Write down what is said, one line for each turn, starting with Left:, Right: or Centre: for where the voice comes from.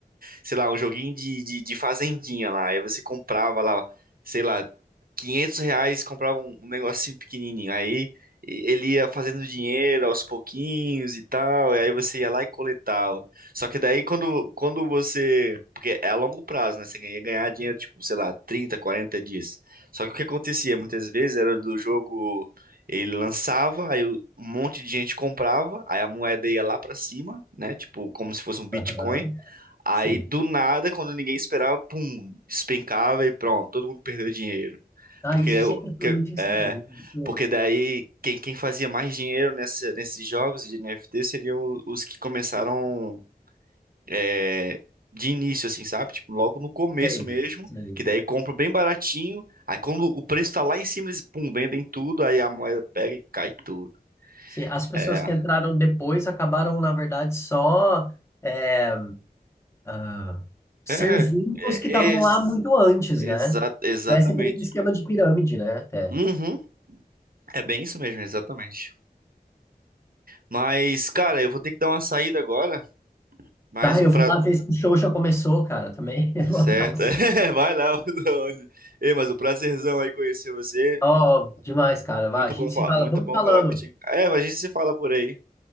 Right: sei lá, um joguinho de, de, de fazendinha lá. Aí você comprava lá, sei lá, 500 reais, comprava um, um negocinho pequenininho. Aí e- ele ia fazendo dinheiro aos pouquinhos e tal. E aí você ia lá e coletava. Só que daí quando, quando você. Porque é a longo prazo, né? Você ia ganhar dinheiro, tipo, sei lá, 30 40 dias. Só que o que acontecia muitas vezes era do jogo. Ele lançava, aí um monte de gente comprava, aí a moeda ia lá pra cima, né? Tipo, como se fosse um Bitcoin.
Left: Aham,
Right: Aí
Left: Sim.
Right: do nada, quando ninguém esperava, pum, despencava e pronto, todo mundo perdeu dinheiro.
Left: Ah,
Right: Porque
Left: isso
Right: é,
Left: sempre
Right: o-
Left: foi
Right: que-
Left: muito inseguro.
Right: é,
Left: Pô,
Right: porque daí quem, quem fazia mais dinheiro nessa, nesses jogos de NFT seriam o- os que começaram é, de início, assim, sabe? Tipo, logo no começo
Left: Sei,
Right: mesmo,
Left: sei.
Right: que daí compra bem baratinho. Aí quando o preço tá lá em cima, eles, pum, vendem tudo, aí a moeda pega e cai tudo.
Left: Sim, as pessoas
Right: É,
Left: que entraram depois acabaram, na verdade, só é, ah, servindo
Right: é, é
Left: os que estavam
Right: ex-
Left: lá muito antes,
Right: exa-
Left: né?
Right: exatamente.
Left: Parece aquele esquema de pirâmide, né? Até.
Right: Uhum, é bem isso mesmo, exatamente. Mas, cara, eu vou ter que dar uma saída agora. Mais
Left: Tá,
Right: um
Left: eu
Right: pra...
Left: vou lá
Right: Beleza.
Left: ver se o show já começou, cara, também. <laughs>
Right: Certo.
Left: Um abraço.
Right: <laughs> É, Vai lá. <laughs> Bruno. Ei, mas um prazerzão aí conhecer você.
Left: Ó, demais, cara.
Right: Muito
Left: Vai, a gente
Right: bom, fa-
Left: se fala.
Right: muito
Left: Vamos
Right: bom
Left: falando.
Right: falar contigo. É, a gente se fala por aí.